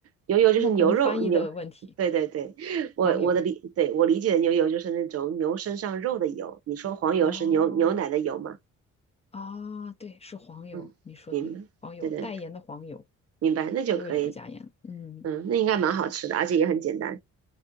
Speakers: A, on the right; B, on the left.
A: 牛油就是牛肉牛，
B: 那可能翻译的问题，
A: 对对对，我我的理，
B: 黄油，
A: 对我理解的牛油就是那种牛身上肉的油，你说黄油是牛牛奶的油吗？
B: 哦。啊，对，是黄油，
A: 嗯，
B: 你说对，
A: 明白，
B: 黄油，
A: 对对，
B: 带盐的黄油，
A: 明白，那就可以。
B: 所以我就不加盐了。嗯，
A: 嗯，那应该蛮好吃的，而且也很简单。